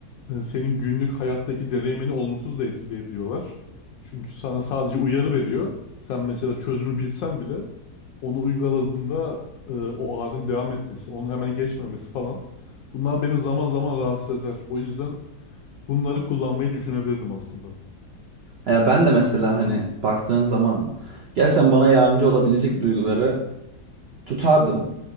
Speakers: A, on the left; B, on the right.
A: e, senin günlük hayattaki deneyimini olumsuz da etkileyebiliyorlar. Çünkü sana sadece uyarı veriyor. Sen mesela çözümü bilsen bile onu uyguladığında e, o ağrının devam etmesi, onu hemen geçmemesi falan. Bunlar beni zaman zaman rahatsız eder. O yüzden bunları kullanmayı düşünebilirdim aslında.
B: Ya ben de mesela hani baktığın zaman gerçekten bana yardımcı olabilecek duyguları tutardım.